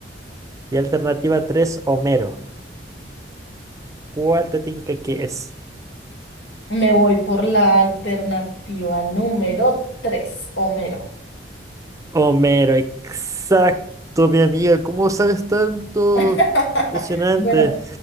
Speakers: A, on the right; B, on the left.
A: y alternativa tres, Homero. ¿Cuál te tinca que es?
B: Me voy por la alternativa número 3, Homero.
A: Homero, exacto, mi amiga. ¿Cómo sabes tanto?
B: <laughs>
A: Impresionante.
B: Bueno,